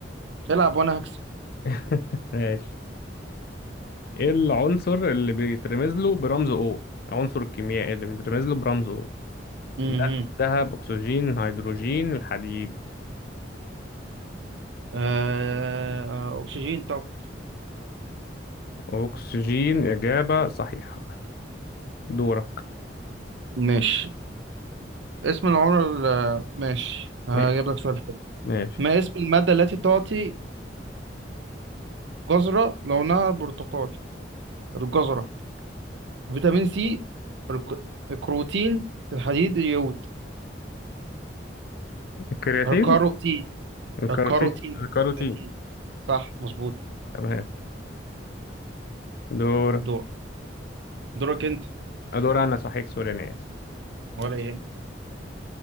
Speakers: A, on the right (about 75°); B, on the left (about 55°).
A: العب وأنا هكسب
B: <laughs> ماشي ايه العنصر اللي بيترمز له برمز او العنصر الكيميائي اللي بيترمز له برمز او
A: مهم.
B: ده ذهب اكسجين هيدروجين الحديد
A: آه آه أكسجين طبعا
B: اكسجين اجابة صحيحة دورك
A: ماشي اسم العمر ال- ماشي هجيب
B: إيه؟
A: لك سؤال حلو
B: ماشي
A: ما اسم المادة التي تعطي جزرة لونها برتقالي الجزرة فيتامين سي الك- الكروتين الحديد اليود
B: الكرياتين
A: الكاروتين
B: الكاروتين
A: الكاروتين
B: الكاروتين
A: كروتين صح مظبوط
B: تمام دور
A: دورك دورك انت
B: دور انا صحيح سوري انا اسف
A: ولا يهمك